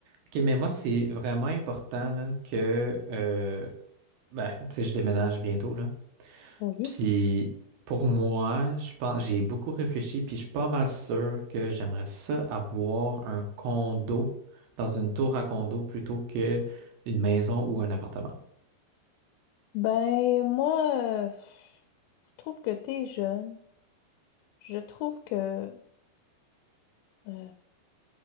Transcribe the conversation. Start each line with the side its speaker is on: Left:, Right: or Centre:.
Right: OK, mais moi, c'est vraiment important là, que euh, ben, tu sais, je déménage bientôt, là.
Left: Oui.
Right: Puis pour moi, je pense j'ai beaucoup réfléchi, puis je suis pas mal sûr que j'aimerais ça avoir un condo dans une tour à condo plutôt que une maison ou un appartement.
Left: Ben, moi, euh, je trouve que t'es jeune. Je trouve que euh,